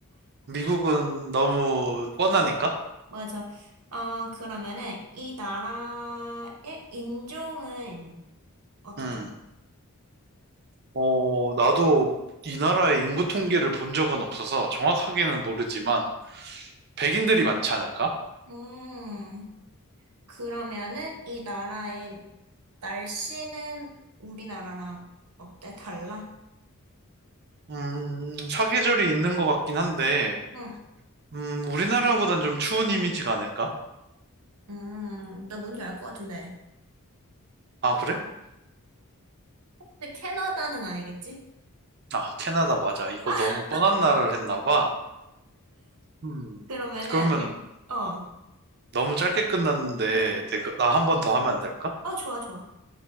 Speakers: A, on the right; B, on the right.
A: 미국은 너무 뻔하니까.
B: <laughs> 맞아. 어, 그러면은, 이 나라의 인종은 어떻게?
A: 음, 어, 나도 이 나라의 인구 통계를 본 적은 없어서 정확하게는 모르지만 백인들이 많지 않을까?
B: 음, 그러면은 이 나라의 날씨는 우리나라랑 어때? 달라?
A: 음, 사계절이 있는 것 같긴 한데,
B: 응.
A: 음, 우리나라보단 좀 추운 이미지가 아닐까?
B: 음, 나 뭔지 알 것 같은데.
A: 아, 그래?
B: 근데 캐나다는 아니겠지?
A: 아, 캐나다 맞아. 이거
B: <laughs>
A: 너무 뻔한 나라를 했나 봐. 음,
B: 그러면은
A: 그러면
B: 예. 어.
A: 너무 짧게 끝났는데, 내가, 나 한 번 더 하면 안 될까?
B: 어, 좋아, 좋아.